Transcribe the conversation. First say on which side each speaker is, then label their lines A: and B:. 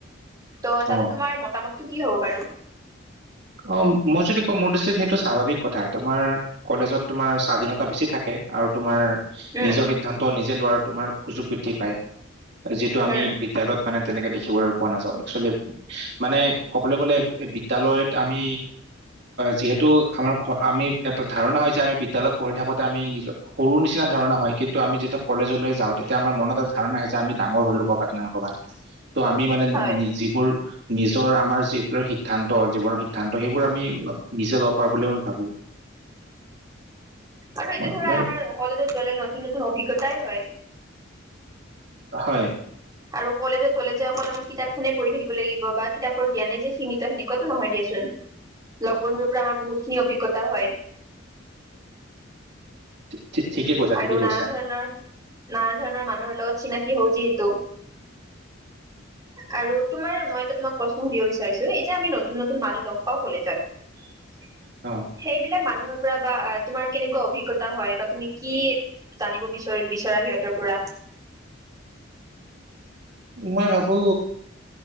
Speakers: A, on the right (about 20°); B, on the right (about 60°).
A: ত' তাতে
B: অ
A: তোমাৰ মতামত টো কি হ'ব বাৰু
B: অ মই যদি কওঁ মোৰ দৃষ্টিত সেইটো স্বাভাৱিক কথা তোমাৰ কলেজত তোমাৰ স্বাধীনতা বেছি থাকে আৰু তোমাৰ
A: উম
B: নিজৰ সিদ্ধান্ত নিজে লোৱাৰ তোমাৰ সুযোগ বৃদ্ধি পায় যিটো আমি
A: উম
B: বিদ্যালয়ত মানে তেনেকে দেখিবলৈ পোৱা নাযাওঁ এক্চুৱেলি মানে ক'বলৈ গ'লে বিদ্যালয়ত আমি যিহেতু টো আমাৰ ঘৰ আমি এটা ধাৰণা হয় যে আমি বিদ্যালয়ত পঢ়ি থাকোতে আমি নিজৰ সৰু নিচিনা ধাৰণা হয় কিন্তু আমি যেতিয়া কলেজলৈ যাওঁ তেতিয়া আমাৰ মনত ধাৰণা হৈছে আমি ডাঙৰ হলো কথাটো নকবা আমি মানে
A: হয়
B: যিবোৰ নিজৰ আমাৰ যিবিলাক সিদ্ধান্ত জীৱনৰ সিদ্ধান্ত সেইবোৰ আমি ল- নিজে ল'ব ভাবো
A: আৰু এইটো
B: মই-
A: ধৰা
B: মই-
A: আমাৰ কলেজত গলে নতুন নতুন অভিজ্ঞতাই হয়
B: হয়
A: আৰু কলেজত গ'লে যে অকল আমি কিতাপখনেই পঢ়ি থাকিব লাগিব বা কিতাপৰ জ্ঞানে যে সীমিত সেনেকুৱাতো নহয় দিয়াচোন লগ বন্ধুৰ পৰা আমাৰ বহুত খিনি অভিজ্ঞতা হয়।
B: <unintelligible> কৈছা ঠিকে
A: আৰু
B: কৈছা
A: নানান ধৰণৰ নানান ধৰণৰ মানুহ ভাল মানুহৰ লগত চিনাকি হও যিহেতু আৰু তোমাৰ মই ত তোমাক প্ৰশ্ন সুধিব বিচাৰিছো এই যে আমি নতুন নতুন মানুহ লগ পাওঁ কলেজত
B: অ
A: সেইবিলাক মানুহৰ বা তোমাৰ কেনেকুৱা অভিজ্ঞতা হয় বা তুমি কি জানিব বিচৰা সিহঁতৰ পৰা
B: মই ভাবো